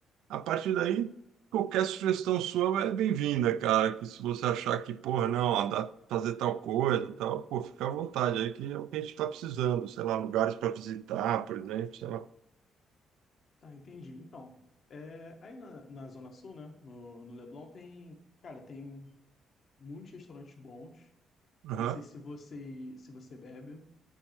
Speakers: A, on the right; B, on the left.
A: a partir daí qualquer sugestão sua é bem-vinda, cara. Que se você achar que, porra, não, ó, dá pra fazer tal coisa, tal, pô, fica à vontade aí que é o que a gente está precisando, sei lá, lugares para visitar, por exemplo, sei
B: Tá, entendi. Então, é, aí na, na Zona Sul, né, no, no Leblon tem, cara, tem muitos restaurantes bons.
A: lá.
B: Não sei se você, se você bebe